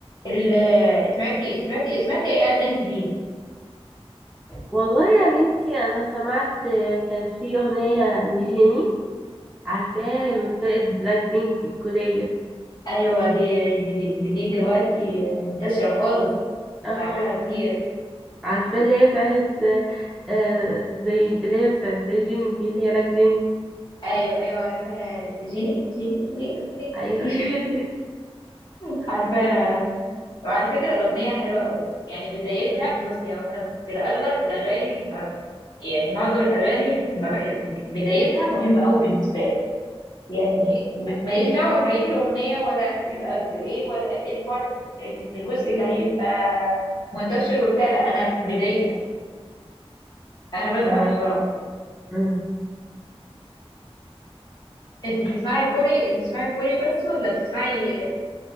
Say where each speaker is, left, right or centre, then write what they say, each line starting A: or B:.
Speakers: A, on the left; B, in the centre.
A: ال- سمعتي سمعتي سمعتي ايه اغاني جديد
B: والله يا بنتي انا سمعت آه، كان في اغنيه لجيني عارفاها من فرقه بلاك بينك الكوريه
A: ايوه دي دي دي, دي, دي دلوقتي منتشره خالص
B: اه
A: بعدها كتير
B: عارفه اللي هي بتاعت آه آه، زي اللي هي بتاعت زي جيني دي اللي هي لك جيني
A: ايوه ايوه عارفاها جيني جيني جيني جيني,
B: ايوه
A: <laughs>
B: هي
A: جيني.
B: دي
A: عارفاها عارفاها
B: والله.
A: وعلى فكره الاغنيه حلوه قوي يعني بدايتها
B: أمم،
A: بصي هو انا في الاغلب الاغاني ما يعني معظم الاغاني ما بحب بدايتها مهمه قوي بالنسبه لي يعني م- ماليش دعوة ببقية الأغنية ولا هتبقى بإيه ولا إيه البارت ال- الجزء اللي هيبقى منتشر وبتاع لا أنا بدايتها أنا بزهق
B: تمام
A: بسرعة
B: أمم.
A: أنت بتسمعي كوري بتسمعي كوري بس ولا بتسمعي